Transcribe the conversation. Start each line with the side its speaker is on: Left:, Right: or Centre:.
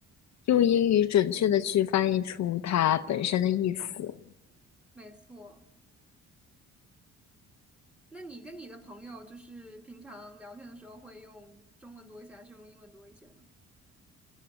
Left: 用英语准确的去翻译出它本身的意思。
Centre: 没错，那你跟你的朋友就是平常聊天的时候会用中文多一些，还是用英文多一些呢？